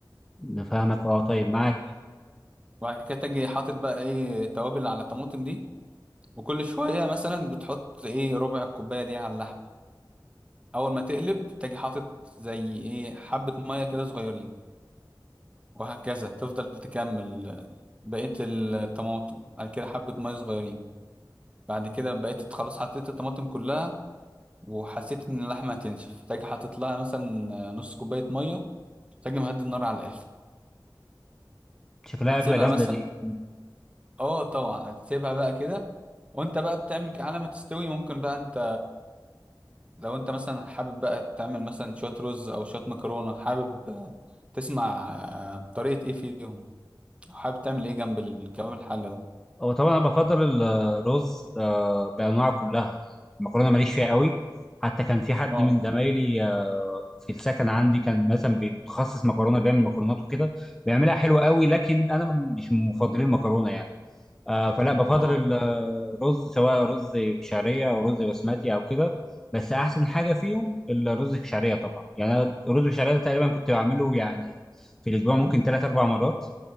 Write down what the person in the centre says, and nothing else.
نفهمك اه طيب معاك
شكلها
اكله جامده
دي
هو طبعا انا بفضل ال- الرز آه، بانواعه كلها المكرونه ماليش فيها قوي حتى كان في حد
من زمايلي آه، في السكن عندي كان مثلا بيتخصص مكرونه بيعمل مكرونات وكده بيعملها حلوه قوي لكن انا م- مش من مفضلين المكرونه يعني آه، فلا بفضل
ال- آه، الرز سواء رز بشعريه او رز بسمتي او كده بس احسن حاجه فيهم الرز بشعريه طبعا يعني أنا الرز بشعريه ده تقريبا كنت بعمله يعني في الاسبوع ممكن ثلاث اربع مرات